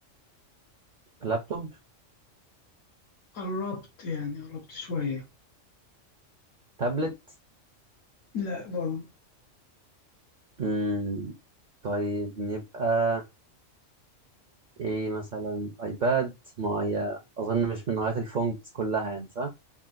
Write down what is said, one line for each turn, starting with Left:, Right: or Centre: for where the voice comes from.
Right: لابتوب
Left: قربت يعني قربت شوية
Right: تابلت
Left: لأ برضه
Right: مم، طيب نبقى إيه مثلا أيباد ما هي أظن مش من نوعية الفونتس كلها يعني صح؟